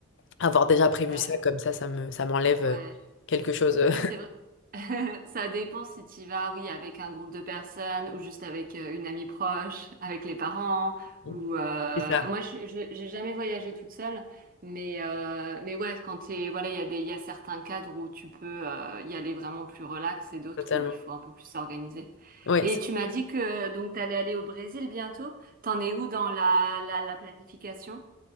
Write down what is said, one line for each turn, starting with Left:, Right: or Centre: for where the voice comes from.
Left: avoir déjà prévu
Right: ouais,
Left: ça, comme ça, ça me, ça m'enlève
Right: ouais.
Left: euh, quelque chose. euh.
Right: Oui, c'est vrai. <laughs> Ça dépend si tu vas, oui, avec un groupe de personnes ou juste avec euh, une amie proche, avec les parents
Left: <laughs>
Right: ou euh,
Left: C'est ça,
Right: moi je je- j'ai jamais voyagé toute seule, mais euh, mais ouais, quand t'es voilà, il y a des il y a certains cadres où tu peux euh, y aller vraiment plus relax et d'autres
Left: totalement.
Right: où il faut un peu plus s'organiser.
Left: Oui.
Right: Et
Left: ça-
Right: tu m'as dit que donc t'allais aller au Brésil bientôt. T'en es où dans la la, la planification?